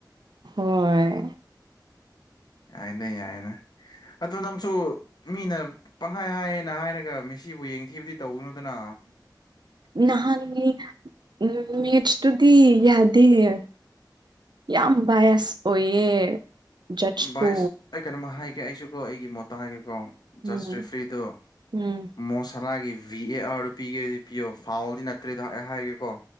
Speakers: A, on the right; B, on the left.
A: ꯍꯣꯏ
B: ꯌꯥꯏꯗ ꯌꯥꯏꯗ ꯑꯗꯨ ꯅꯪꯁꯨ ꯃꯤꯅ ꯄꯪꯍꯥꯏ ꯍꯥꯏꯌꯦꯅ ꯍꯥꯏꯔꯒ ꯃꯤꯁꯤꯕꯨ ꯌꯦꯡꯊꯤꯕꯗꯤ ꯇꯧꯒꯅꯨꯗꯅ
A: ꯅꯍꯥꯟꯒꯤ ꯎꯝ ꯃꯦꯆꯠꯁ ꯇꯨꯗꯤ ꯌꯥꯗꯦꯌꯦ ꯌꯥꯝ ꯕꯥꯏꯁ ꯑꯣꯏꯌꯦ ꯖꯠꯁꯇꯣ
B: ꯕꯥꯏꯁ ꯑꯩ ꯀꯩꯅꯣꯃ ꯍꯥꯏꯒꯦ ꯑꯩꯁꯨ ꯀꯣ ꯑꯩꯒꯤ ꯃꯣꯠꯇ ꯍꯥꯏꯒꯦꯀꯣ
A: um
B: just ꯔꯤꯐ꯭ꯔꯤꯗꯨ
A: um
B: ꯃꯣꯁꯥꯂꯥꯒꯤ V A ꯑꯥꯔꯗꯨ ꯄꯤꯒꯦꯗꯤ ꯄꯤꯌꯣ ꯐꯥꯎꯗꯤ ꯅꯠꯇ꯭ꯔꯦꯗꯣ ꯑꯩ ꯍꯥꯏꯒꯦꯀꯣ